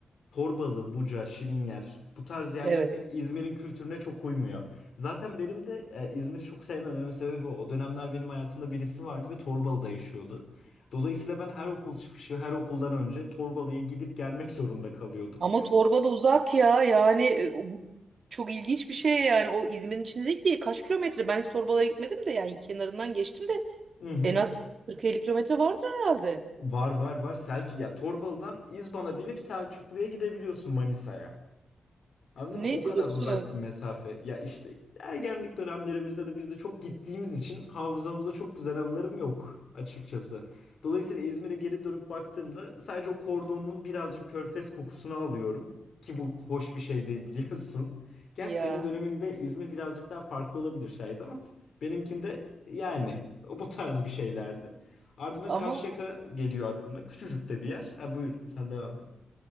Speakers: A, on the left; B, on the right.
A: Torbalı, Buca, Şirinyer bu tarz yerler
B: Evet.
A: pek İzmir'in kültürüne çok uymuyor. Zaten benim de e, İzmir'i çok sevmememin sebebi o. O dönemler benim hayatımda birisi vardı ve Torbalı'da yaşıyordu. Dolayısıyla ben her okul çıkışı, her okuldan önce Torbalı'ya gidip gelmek zorunda kalıyordum.
B: Ama torbalı uzak ya yani e, o bu çok ilginç bir şey yani. O İzmir'in içinde değil ki kaç kilometre? Ben hiç Torbalı'ya gitmedim de yani kenarından geçtim de
A: Hı hı.
B: en az 40-50 kilometre vardır herhalde.
A: Var var var. Selç ya Torbalı'dan İzban'a binip Selçuklu'ya gidebiliyorsun Manisa'ya. Anladın
B: Ne
A: mı? O kadar
B: diyorsun
A: uzak bir mesafe. Ya işte ergenlik dönemlerimizde de biz de çok gittiğimiz için hafızamızda çok güzel anılarım yok açıkçası. Dolayısıyla İzmir'e geri dönüp baktığımda sadece o kordonun birazcık körfez kokusunu alıyorum. Ki bu hoş bir şey değil biliyorsun. Gerçi
B: ya?
A: senin döneminde İzmir birazcık daha farklı olabilir şayet ama benimkinde yani o bu tarz bir şeylerdi. Ardından
B: Ama
A: Karşıyaka geliyor aklıma. Küçücük de bir yer. Ha buyur sen devam et.